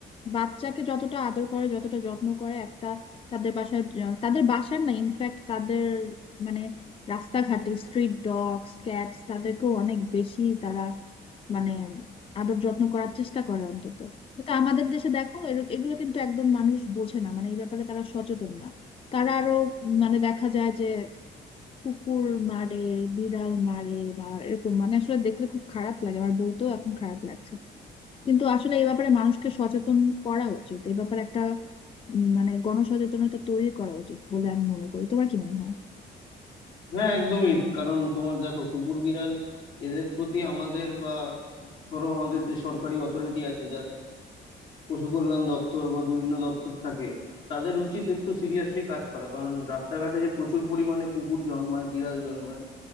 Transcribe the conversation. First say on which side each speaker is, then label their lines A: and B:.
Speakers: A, on the left; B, on the left.
A: বাচ্চাকে যতটা আদর করে যতটা যত্ন করে একটা তাদের বাসায় য- তাদের বাসার না ইনফ্যাক্ট তাদের মানে রাস্তাঘাটে স্ট্রিট ডগস ক্যাটস তাদেরকেও অনেক বেশি তারা মানে আদর যত্ন করার চেষ্টা করে অন্তত কিন্তু আমাদের দেশে দেখো এর- এগুলো কিন্তু একদম মানুষ বোঝে না মানে এই ব্যাপারে তারা সচেতন না তারা আরো মানে দেখা যায় যে কুকুর মারে বিড়াল মারে বা এরকম মানে আসলে দেখলে খুব খারাপ লাগে আমার বলতেও এখন খারাপ লাগছে কিন্তু আসলে এই ব্যাপারে মানুষকে সচেতন করা উচিত এই ব্যাপারে একটা উম, মানে গণসচেতনতা তৈরি করা উচিত বলে আমি মনে করি তোমার কি মনে হয়
B: হ্যাঁ একদমই কারণ তোমার দেখো কুকুর বিড়াল এদের প্রতি আমাদের বা ধরো আমাদের যে সরকারি অথরিটি আছে পশু কল্যাণ দপ্তর বা বিভিন্ন দপ্তর থাকে তাদের উচিত একটু সিরিয়াসলি কাজ করা কারণ রাস্তাঘাটে যে প্রচুর পরিমাণে কুকুর জন্মায় বিড়াল জন্মায়